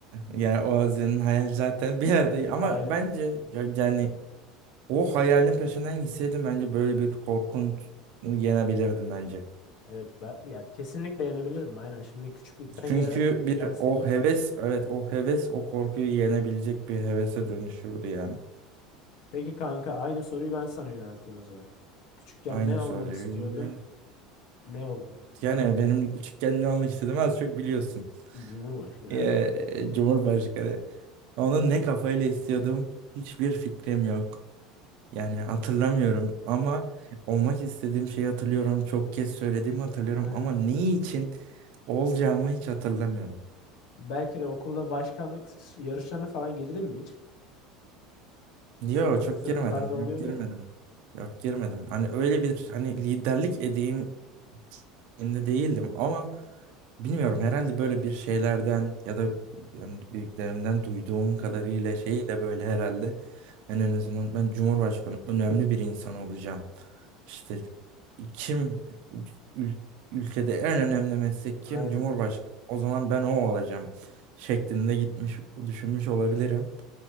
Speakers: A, on the right (about 65°); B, on the left (about 65°).
A: Yani o senin hayal zaten bir yerde ama
B: Aynen.
A: bence ya- yani o hayalin peşinden gitseydim bence böyle bir korkun yenebilirdim bence.
B: Evet. Ben, ya kesinlikle yenebilirdim. Aynen. Şimdi küçüklükten
A: Çünkü
B: gel,
A: bir
B: gelseydi.
A: o heves evet o heves o korkuyu yenebilecek bir hevese dönüşürdü yani.
B: Peki kanka aynı soruyu ben sana yönelteyim o zaman. Küçükken
A: Aynı
B: ne olmak
A: soruyu.
B: istiyordun? Ne oldun?
A: Yani benim küçükken ne olmak istediğimi az çok biliyorsun.
B: Cumhurbaşkanı.
A: Eee, Cumhurbaşkanı. Onu ne kafayla istiyordum hiçbir fikrim yok. Yani hatırlamıyorum ama olmak istediğim şeyi hatırlıyorum. Çok kez söylediğimi hatırlıyorum
B: <laughs> Aynen.
A: ama neyi için olacağımı hiç hatırlamıyorum.
B: Belki de okulda başkanlık s- yarışlarına falan girdin mi hiç?
A: Yok
B: Sınıf
A: çok
B: sınıflarda
A: girmedim.
B: oluyordu
A: Yok girmedim.
B: ya.
A: Yok girmedim. Hani öyle bir hani liderlik edeyim Şimdi değildim ama bilmiyorum herhalde böyle bir şeylerden ya da yani büyüklerimden duyduğum
B: Hmm.
A: kadarıyla şeyle böyle herhalde ben en azından ben Cumhurbaşkanı önemli
B: <laughs>
A: bir insan olacağım. İşte kim ül- ülkede en önemli meslek kim?
B: Aynen.
A: Cumhurbaşkanı. O zaman ben o olacağım şeklinde gitmiş düşünmüş olabilirim.